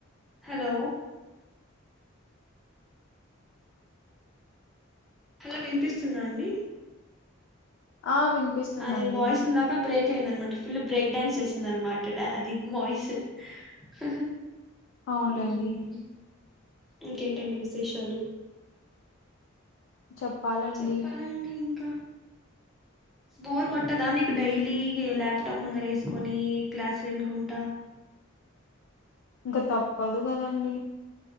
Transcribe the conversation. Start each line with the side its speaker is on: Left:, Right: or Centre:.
Centre: హలో హలో వినిపిస్తుందా అండి?
Left: ఆ వినిపిస్తుందండి
Centre: అదే వయిస్ ఇందాక బ్రే కేయింద అనమాట ఫుల్ బ్రేక్ డాన్స్ చేసింది అనమాట అది వాయిస్ హ్హ్
Left: అవునులేండి
Centre: ఉమ్ ఇంకేంటండి విశేషాలు?
Left: చెప్పాలండి
Centre: చెప్పాలండి ఇంకా బోర్ కొట్టదా మీకు
Left: హ్మ్.
Centre: డైలీ ఏలేబ్? ప్టాప్ ముందర వేసుకొని క్లాసు వినుకుంటా
Left: ఇంక తప్పదు కదండి